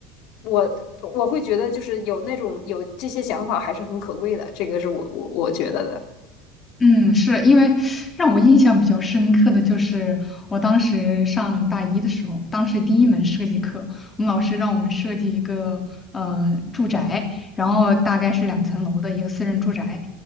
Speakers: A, on the left; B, on the left.
A: 我我会觉得就是有那种有这些想法还是很可贵的，这个是我我我觉得的。
B: 嗯，是因为让我印象比较深刻的就是我当时上大一的时候，当时第一门设计课，我们老师让我们设计一个呃住宅，然后大概是两层楼的一个私人住宅。